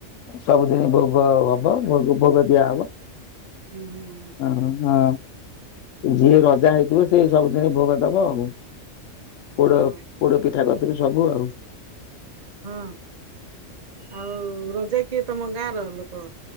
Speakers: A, on the left; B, on the right.
A: ସବୁଦିନ ଭୋଗ ହବ ଭୋଗ ଭୋଗ ଦିଆହବ।
B: ହୁଁ ହୁଁ।
A: ହ ହଁ ଯିଏ ରଜା ହେଇଥିବ ସେ ସବୁଦିନ ଭୋଗ ଦବ ଆଉ।
B: ହଁ
A: ପୋଡ ପୋଡ ପିଠା କତୁରୁ ସବୁ ଆଉ।
B: ହଁ ଆଉ ରଜା କିଏ ତମ ଗାଁ ର ଲୋକ।